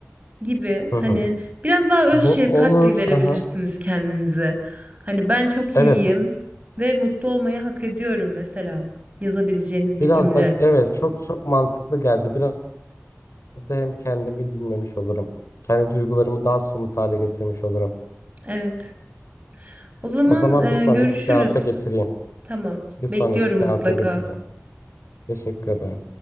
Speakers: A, on the right; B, on the left.
A: gibi
B: Hı
A: hani
B: hı.
A: biraz daha öz
B: Bu
A: şefkat
B: olur.
A: de verebilirsiniz
B: Hı hı.
A: kendinize. Hani ben çok
B: Evet.
A: iyiyim ve mutlu olmayı hak ediyorum mesela yazabileceğiniz bir
B: Biraz
A: cümle.
B: da evet çok çok mantıklı geldi. Biraz da hem kendimi dinlemiş olurum. Kendi duygularımı daha somut hale getirmiş olurum.
A: Evet. O zaman
B: O zaman
A: e,
B: bir sonraki
A: görüşürüz.
B: seansa getireyim.
A: Tamam.
B: Bir sonraki
A: Bekliyorum
B: seansa
A: mutlaka.
B: getireyim. Teşekkür ederim.